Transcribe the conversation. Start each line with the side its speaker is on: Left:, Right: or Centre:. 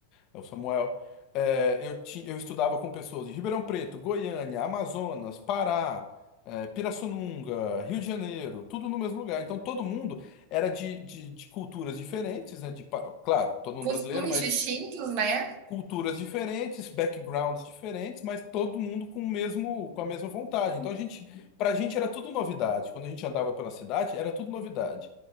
Left: é o Samuel. É, eu, ti, eu estudava com pessoas de Ribeirão Preto, Goiânia, Amazonas, Pará, é, Pirassununga, Rio de Janeiro, tudo no mesmo lugar. Então, todo mundo era de, de, de culturas diferentes, né? De, pa- claro, todo mundo
Right: Costumes
Left: brasileiro,
Right: distintos, né?
Left: culturas diferentes, backgrounds diferentes, mas todo mundo com o mesmo, com a mesma vontade. Então a gente, pra gente era tudo novidade. Quando a gente andava pela cidade, era tudo novidade.